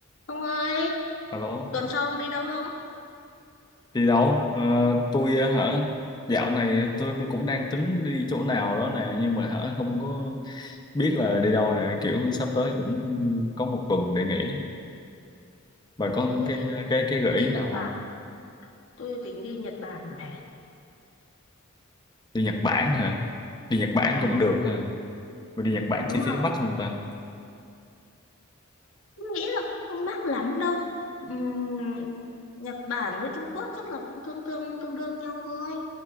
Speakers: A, on the left; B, on the left.
A: Ông ơi,
B: Alo,
A: tuần sau ông đi đâu không?
B: đi đâu? Ờ, tôi ờ, hả? Dạo này tôi tôi cũng đang tính đi chỗ nào đó nè, nhưng mà hả không có biết là đi đâu nè, kiểu sắp tới cũng có một tuần để nghỉ. Bà có
A: Tôi
B: cái cái cái
A: tính
B: gợi
A: đi
B: ý
A: Nhật
B: nào không?
A: Bản, tôi tính đi Nhật Bản này.
B: Đi Nhật Bản hả? Đi Nhật Bản
A: Ừ,
B: cũng được ha. Mà đi Nhật Bản
A: đúng
B: chi phí
A: rồi,
B: mắc không ta?
A: tôi nghĩ là cũng không mắc lắm đâu. Ừm, Nhật Bản với Trung Quốc chắc là cũng tương tương tương đương nhau thôi.